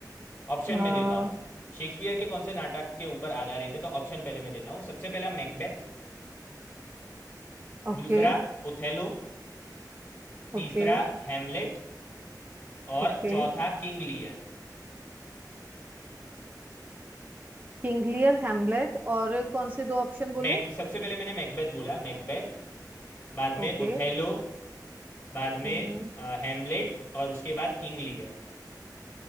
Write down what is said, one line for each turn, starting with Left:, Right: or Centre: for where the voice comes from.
Left: ऑप्शन
Right: आ,
Left: में देता हूँ शेक्सपियर के कौन से नाटक के ऊपर आधारित है तो ऑप्शन पहले मैं देता हूँ सबसे पहला मैकबेथ
Right: okay
Left: दूसरा ओथेलो तीसरा
Right: okay
Left: हैमलेट और
Right: Okay
Left: चौथा किंग लियर
Right: King Lear Hamlet और कौन से दो ऑप्शन बोले
Left: मैक सबसे पहले मैंने मैकबेथ बोला मैकबेथ बाद
Right: ओके
Left: में ओथेलो बाद में
Right: हम्म,
Left: अ, हैमलेट और उसके बाद किंग लियर